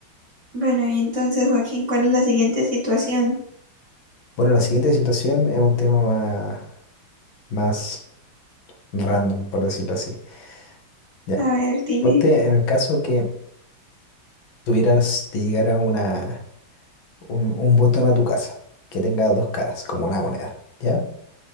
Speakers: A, on the right; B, on the left.
A: Bueno, y entonces, Joaquín, ¿cuál es la siguiente situación?
B: Bueno, la siguiente situación es un tema más, más random, por decirlo así. Ya,
A: A ver, dime.
B: ponte en el caso que tuvieras de llegar a una, un, un botón a tu casa que tenga dos caras, como una moneda, ¿ya?